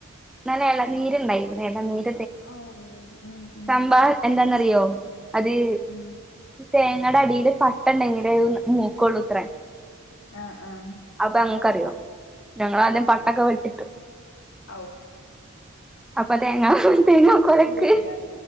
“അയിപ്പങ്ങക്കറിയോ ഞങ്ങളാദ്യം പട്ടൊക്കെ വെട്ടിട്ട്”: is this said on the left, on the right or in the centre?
Centre